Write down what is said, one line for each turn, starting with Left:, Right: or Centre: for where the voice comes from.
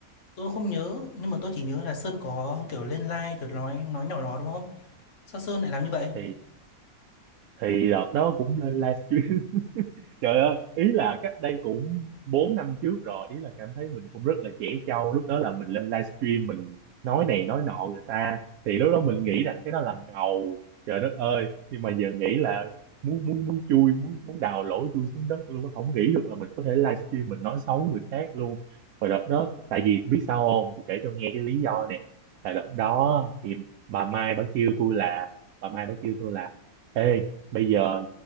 Left: tôi không nhớ nhưng mà tôi chỉ nhớ là Sơn có kiểu lên live rồi nói nói nhỏ đó đúng không sao Sơn lại làm như vậy
Right: thì thì đợt đó cũng lên livestream <laughs> trời ơi ý là cách đây cũng 4 năm trước rồi ý là cảm thấy mình cũng rất là trẻ trâu lúc đó là mình lên livestream mình nói này nói nọ người ta thì lúc đó mình nghĩ rằng cái đó là ngầu trời đất ơi nhưng mà giờ nghĩ là muốn muốn muốn chui muốn muốn đào lỗ chui xuống đất luôn á. không nghĩ được là mình có thể livestream mình nói xấu người khác luôn và đợt đó tại vì biết sao không tôi kể cho nghe cái lý do nè tại đợt đó thì bà Mai bà kêu tôi là bà Mai bà kêu tôi là Ê bây giờ